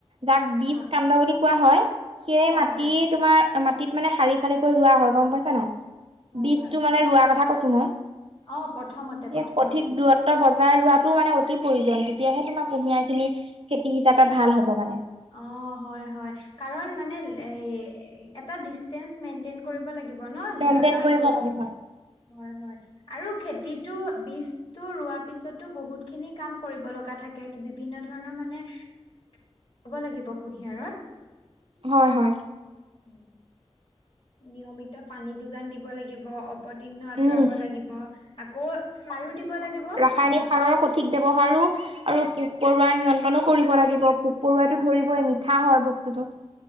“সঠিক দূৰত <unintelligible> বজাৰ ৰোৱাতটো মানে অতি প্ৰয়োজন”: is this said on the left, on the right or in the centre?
Right